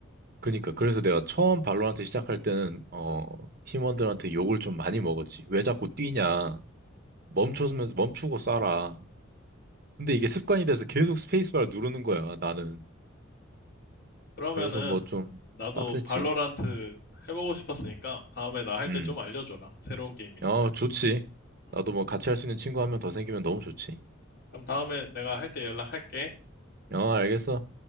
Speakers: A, on the right; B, on the left.
A: 그니까, 그래서 내가 처음 발로란트 시작할 때는, 어, 팀원들한테 욕을 좀 많이 먹었지. 왜 자꾸 뛰냐. 멈춰서, 멈추고 쏴라. 근데 이게 습관이 돼서 계속 스페이스바를 누르는 거야, 나는.
B: 그러면은
A: 그래서 뭐 좀
B: 나도
A: 빡셌지.
B: 발로란트 해보고 싶었으니까 다음에 나 할
A: 음.
B: 때 좀 알려줘라. 새로운 게임이니까.
A: 어, 좋지.
B: 음.
A: 나도 뭐 같이 할 수 있는 친구 한 명 더 생기면 너무 좋지.
B: 그럼 다음에 내가 할 때 연락할게.
A: 어, 알겠어.